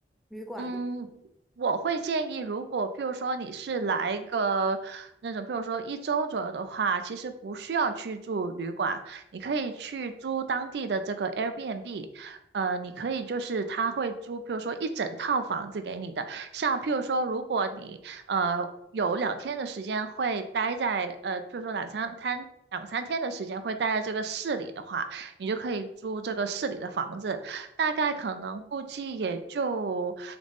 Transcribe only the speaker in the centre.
旅馆的？